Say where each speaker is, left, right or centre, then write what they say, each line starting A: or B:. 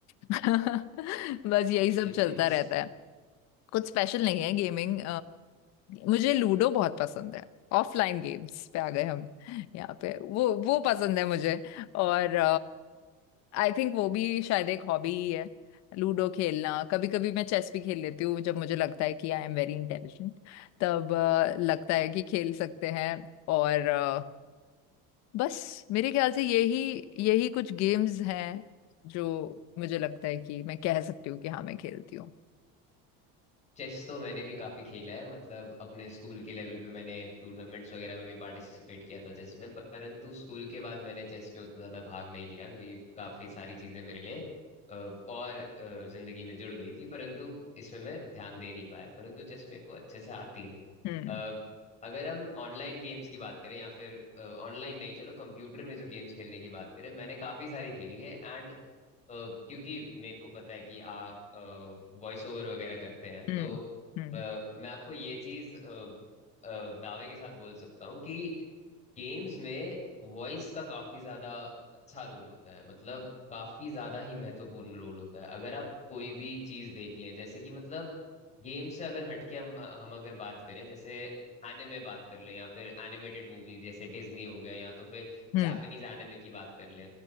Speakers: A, on the left; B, on the left.
A: <laughs> बस यही
B: हम्म
A: सब चलता रहता
B: <laughs>
A: है कुछ स्पेशल नहीं है गेमिंग मुझे लूडो बहुत पसंद है ऑफलाइन गेम्स पे आ गए हम यहाँ पे वो वो पसंद है मुझे और आई थिंक वो भी शायद एक हॉबी ही है लूडो खेलना कभी कभी मैं चेस भी खेल लेती हूँ जब मुझे लगता है कि आई एम वेरी इंटेलिजेंट तब अ, लगता है कि खेल सकते हैं और अ, बस मेरे ख्याल से यही यही कुछ गेम्स हैं जो मुझे लगता है कि मैं कह सकती हूँ कि हाँ मैं खेलती हूँ
B: चेस तो मैंने भी काफी खेला है मतलब अपने स्कूल के लेवल पे मैंने टूर्नामेंट्स वगैरह में भी पार्टिसिपेट किया था चेस में परंतु स्कूल के बाद मैंने चेस में उतना ज्यादा भाग नहीं लिया क्योंकि काफी सारी चीजें मेरे लिए अ, और अ, जिंदगी में जुड़ गई थी परंतु इसमें मैं ध्यान दे नहीं पाया परंतु चेस मेरे को अच्छे से आती है
A: हम्म
B: अ, अगर हम ऑनलाइन गेम्स की बात करें या फिर ऑनलाइन नहीं चलो कंप्यूटर में जो गेम्स खेलने की बात करें मैंने काफी सारी खेली है एंड अ, क्योंकि मेरे को पता है कि आप वॉइस ओवर वगैरह करते हैं
A: हम्म
B: तो
A: हम्म
B: अ, मैं आपको ये चीज दावे के साथ बोल सकता हूँ कि गेम्स में वॉइस का काफी ज्यादा अच्छा रोल होता है मतलब काफी ज्यादा ही महत्वपूर्ण रोल होता है अगर आप कोई भी चीज देख लें जैसे कि मतलब गेम से अगर हटके हम हम अगर बात करें जैसे एनिमे बात कर लें या फिर एनिमेटेड मूवीज जैसे डिज्नी हो गया या तो फिर
A: हम्म
B: जापानीज एनिमे की बात कर लें